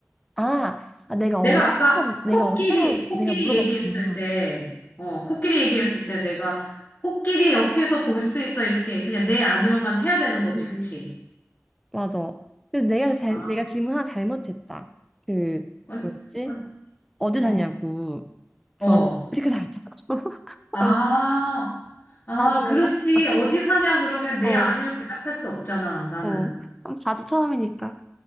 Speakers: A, in the centre; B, on the left.
A: 아, 아 내가
B: 내가
A: 어디서
B: 아까 코끼리,
A: 내가 어디서
B: 코끼리
A: 내가 물어봤구나.
B: 얘기했을 때, 어, 코끼리 얘기했을 때 내가 코끼리 옆에서 볼 수 있어. 이렇게 그냥 네, 아니오만 해야 되는 거지.
A: 네.
B: 그치?
A: 맞아. 근데 내가 잘,
B: 아,
A: 내가 질문 하나 잘못했다. 그
B: 아니,
A: 뭐였지?
B: 아니,
A: 어디
B: 뭐?
A: 사냐고. 그래서
B: 어.
A: 언니 아프리카 산다. <laughs>
B: 아,
A: 어,
B: 아,
A: 나도
B: 그렇지.
A: 몰랐어.
B: 어디 사냐, 그러면 네,
A: 어,
B: 아니로 대답할 수 없잖아, 나는.
A: 어, 어. 자주 처음이니까.